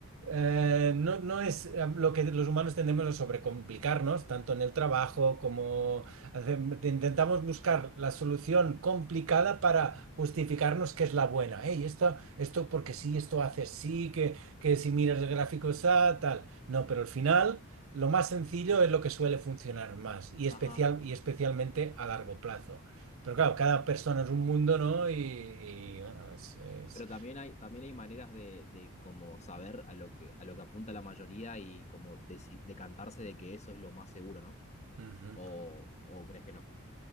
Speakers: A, on the right (about 65°); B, on the left (about 30°).
A: eh, no, no es eh, lo que los humanos tendemos a sobrecomplicarnos, tanto en el trabajo como hace- te- intentamos buscar la solución complicada para justificarnos que es la buena. Hey, esto, esto porque sí, esto hace sí, que, que si miras el gráfico está tal. No, pero al final lo más sencillo es lo que suele funcionar más y especial,
B: ajá
A: y especialmente a largo plazo. Pero claro, cada persona es un mundo, ¿no? Y, y, bueno, es... es-
B: Pero también hay, también hay maneras de, de como saber a lo que, a lo que apunta la mayoría y como deci- decantarse de que eso es lo más seguro, ¿no?
A: Ujú.
B: ¿O, o crees que no?